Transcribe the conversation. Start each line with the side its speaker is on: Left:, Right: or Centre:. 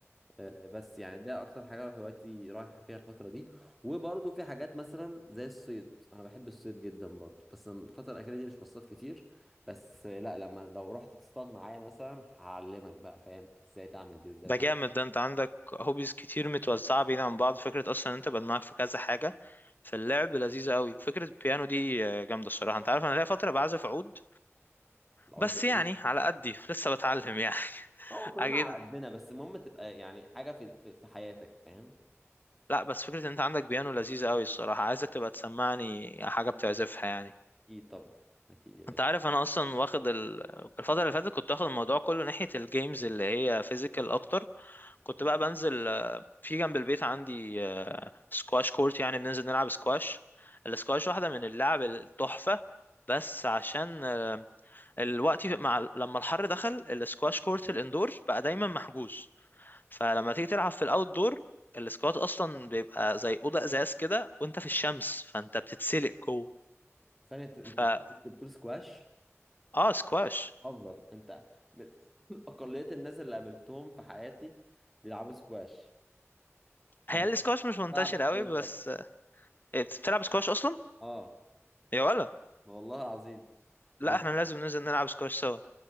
Centre: آه، بس يعني ده اكتر حاجه هوايتي رايحه فيها الفتره دي وبرضه في حاجات مثلا زي الصيد انا بحب الصيد جدا برضه بس الفتره الاخيره دي مش بصطاد كتير بس آه، لا لما لو رحت تصطاد معايا مثلا هعلمك بقى فاهم ازاي تعمل دي وازاي
Left: ده
Centre: تعمل
Left: جامد ده انت عندك هوبيز كتير متوزعه بعيد عن بعض فكره اصلا إن انت بقى معاك في كذا حاجه فاللعب لذيذه قوي فكره البيانو دي آه، جامده الصراحه انت عارف انا ليا فتره بعزف عود
Centre: العود
Left: بس
Centre: جميل
Left: يعني على قدي لسه بتعلم يعني <laughs>
Centre: هو كلنا
Left: اكيد
Centre: على قدنا بس المهم تبقى يعني حاجه في في, في حياتك فاهم
Left: لا بس فكره ان انت عندك بيانو لذيذه قوي الصراحه عايزك تبقى تسمعني حاجه بتعزفها يعني
Centre: اكيد طبعا اكيد يا باشا
Left: انت عارف انا اصلا واخد ال... الفتره اللي فاتت كنت واخد الموضوع كله ناحيه الجيمز اللي هي فيزيكال اكتر كنت بقى بنزل آه، في جنب البيت عندي آه، سكواش كورت يعني بننزل نلعب سكواش السكواش واحدة من اللعب التحفة بس عشان آه، الوقت مع لما الحر دخل السكواش كورت الاندور بقى دايما محجوز فلما تيجي تلعب في الاوت دور السكوات اصلا بيبقى زي اوضه ازاز كده وانت في الشمس فانت بتتسلق جوه
Centre: ثانيه انت انت
Left: فا
Centre: أنت كنت بتقول سكواش
Left: اه سكواش
Centre: حذر انت من <laughs> اقليه الناس اللي قابلتهم في حياتي بيلعبوا سكواش انا
Left: هي السكواش
Centre: كنت
Left: مش منتشر
Centre: بلعب
Left: قوي
Centre: سكواش
Left: بس
Centre: برضه
Left: آه، إيه، بتلعب سكواش اصلا
Centre: اه
Left: يا ولا
Centre: والله العظيم و-
Left: لا احنا لازم ننزل نلعب سكواش سوا